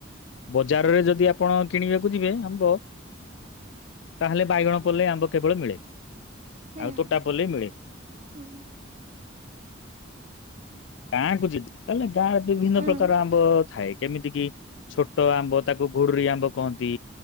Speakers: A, on the left; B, on the right.
A: ବଜାରରେ ଯଦି ଆପଣ କିଣିବାକୁ ଯିବେ ଆମ୍ବ ତାହେଲେ ବାଇଗଣ ପଲେଇ ଆମ୍ବ କେବଳ ମିଳେ।
B: ହୁଁ
A: ଆଉ ତୋଟା ପଲଲ ମିଳେ।
B: ହୁଁ
A: ଗାଁ କ ଯ ତାଲେ ଗାଁରେ ବିଭିନ୍ନ
B: ହୁଁ
A: ପ୍ରକାର ଆମ୍ବ ଥାଏ କେମିତି କି ଛୋଟ ଆମ୍ବ ତାକୁ ଘୋଡୁରୀ ଆମ୍ବ କହନ୍ତି